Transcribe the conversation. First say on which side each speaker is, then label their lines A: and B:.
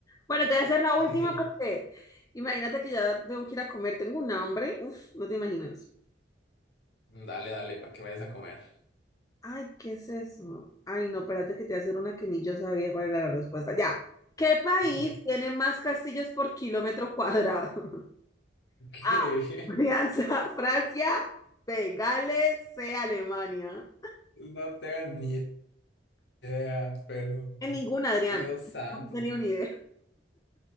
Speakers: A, on the left; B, on the left.
A: Bueno, te voy a hacer la última
B: <laughs>
A: porque imagínate que ya tengo que ir a comer, tengo un hambre, uf, no te imaginas.
B: Dale, dale, para que vayas a comer.
A: Ay, ¿qué es eso? Ay, no, espérate que te voy a hacer una que ni yo sabía cuál era la respuesta. Ya. ¿Qué país
B: <laughs>
A: tiene más castillos por kilómetro cuadrado? <laughs>
B: Que
A: A. Alianza, Francia, B. Gales, C. Alemania.
B: no tengo ni idea, pero
A: En ninguna, Adrián.
B: Dios santo,
A: No tenía ni
B: <laughs>
A: idea.